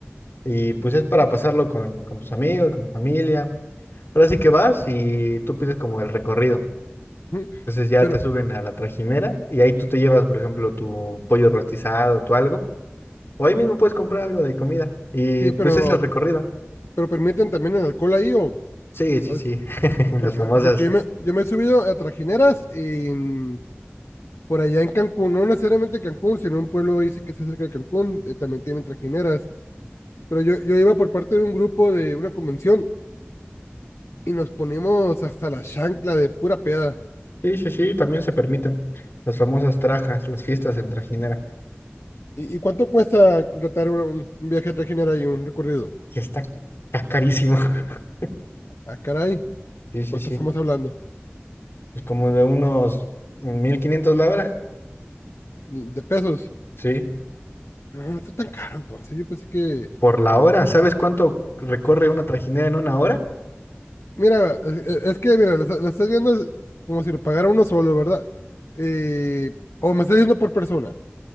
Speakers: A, on the left (about 65°); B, on the left (about 85°).
A: y pues es para pasarlo con, con tus amigos, con tu familia. Ahora sí que vas y tú pides como el recorrido.
B: ¿Mm?
A: Entonces ya
B: pero
A: te suben a la trajinera y ahí tú te llevas, por ejemplo, tu pollo rostizado, tu algo. O ahí mismo puedes comprar algo de comida. Y
B: Sí,
A: pues
B: pero,
A: es el recorrido.
B: pero permiten también el alcohol ahí o...
A: Sí, sí,
B: pues,
A: sí. <laughs>
B: porque
A: Las famosas.
B: porque yo, me, yo me he subido a trajineras en- por allá en Cancún, no necesariamente Cancún, sino un pueblo ahí sí que está cerca de Cancún, eh, también tienen trajineras. Pero yo, yo iba por parte de un grupo de una convención y nos ponimos hasta la chancla de pura peda.
A: Sí, sí, sí, también se permiten. Las famosas trajas, las fiestas en trajinera.
B: ¿Y, y cuánto cuesta contratar una- un, un viaje a trajinera y un recorrido?
A: Que está, está carísimo. <laughs>
B: Ah, caray,
A: Sí, sí,
B: ¿cuánto
A: sí.
B: estamos hablando?
A: Pues como de unos 1500 la hora.
B: ¿De pesos?
A: Sí.
B: No, no está tan caro entonces. Yo pensé que
A: Por la hora. ¿Sabes cuánto recorre una trajinera en una hora?
B: Mira, es e, es que, mira, lo, está- lo estás viendo como si lo pagara uno solo, ¿verdad? Eh, o me estás diciendo por persona.